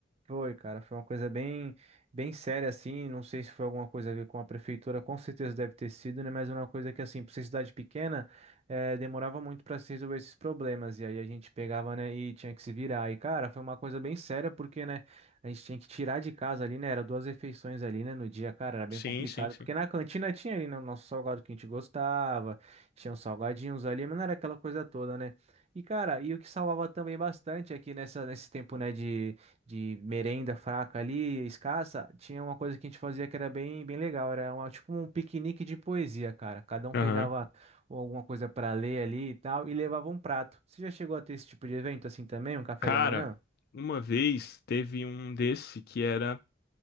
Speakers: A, on the right; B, on the left.
A: foi, cara, foi uma coisa bem, bem séria, assim, não sei se foi alguma coisa a ver com a prefeitura, com certeza deve ter sido, né, mas é uma coisa que, assim, pra ser cidade pequena, eh, demorava muito para se resolver esses problemas, e aí a gente pegava, né, e tinha que se virar, e, cara, foi uma coisa bem séria, porque, né, a gente tinha que tirar de casa ali, né, era duas refeições ali, né, no dia, cara, era bem
B: Sim,
A: complicado,
B: sim, sim.
A: porque na cantina tinha ali, né, o nosso salgado que a gente gostava, tinha uns salgadinhos ali, mas não era aquela coisa toda, né, e, cara, e o que salvava também bastante aqui nessa, nesse tempo, né, de de merenda fraca ali, escassa, tinha uma coisa que a gente fazia que era bem, bem legal. Era uma, tipo um piquenique de poesia, cara. Cada um
B: Aham.
A: pegava alguma coisa para ler ali e tal e levava um prato. Você já chegou a ter esse tipo de evento assim também, um café
B: Cara,
A: da manhã?
B: uma vez teve um desse que era.